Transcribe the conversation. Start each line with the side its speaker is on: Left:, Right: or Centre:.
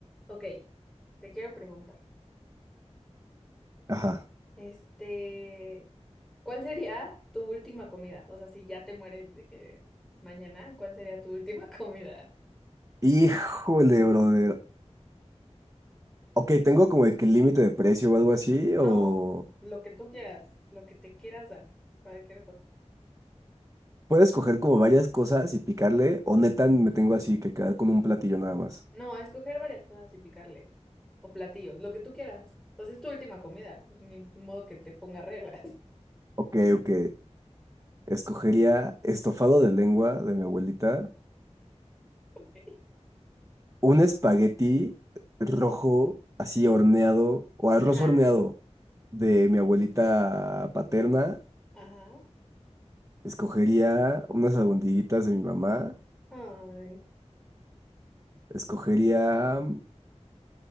Centre: Ok, te quiero preguntar,
Right: Ajá.
Centre: este, ¿cuál sería tu última comida? O sea, si ya te mueres de que mañana, ¿cuál sería tu última <laughs> comida?
Right: Híjole, brother. Ok, tengo como el que límite de precio o algo así,
Centre: No,
Right: o
Centre: lo que tú quieras, lo que te quieras dar, cualquier cosa.
Right: puedo escoger como varias cosas y picarle, o neta me tengo así que quedar con un platillo nada más.
Centre: No, escoger varias cosas y picarle, o platillos, lo que tú quieras. Pues es tu última comida, pues ni modo que te ponga reglas.
Right: Ok, ok. Escogería estofado de lengua de mi abuelita,
Centre: <laughs>
Right: un espagueti rojo así horneado, o arroz
Centre: Ajá,
Right: horneado de mi abuelita paterna.
Centre: ajá.
Right: Escogería unas albondiguitas de mi mamá.
Centre: Ay.
Right: Escogería